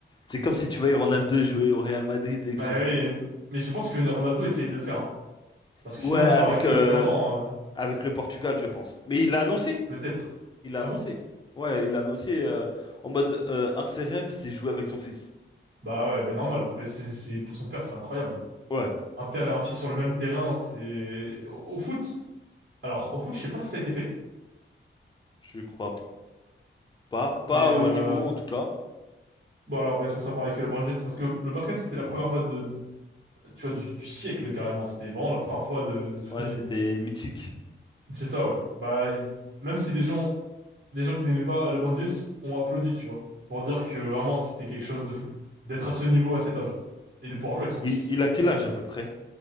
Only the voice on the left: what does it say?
c'est comme si tu voyais Ronaldo jouer au Real Madrid avec
son fils.
Ouais,
avec,
euh,
avec le Portugal, je pense. Mais il l'a annoncé.
Il l'a annoncé.
Ouais, il l'a annoncé euh, en mode euh, un de ses rêves, c'est jouer avec son fils.
Ouais,
je crois pas. Pas
au
haut niveau, en tout cas.
Ouais,
c'était
mythique.
Ouais.
Il,
il a quel âge à peu près?